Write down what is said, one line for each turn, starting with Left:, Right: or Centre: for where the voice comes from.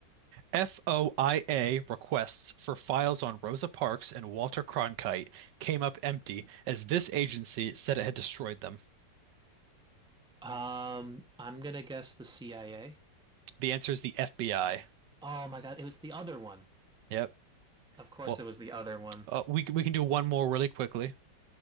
Right: FOIA requests for files on Rosa Parks and Walter Cronkite came up empty as this agency said it had destroyed them.
Centre: Um, I'm gonna guess the CIA.
Right: The answer is the FBI.
Centre: Oh my God, it was the other one.
Right: Yep.
Centre: Of course,
Right: Well,
Centre: it was the other one.
Right: uh, we we can do one more really quickly.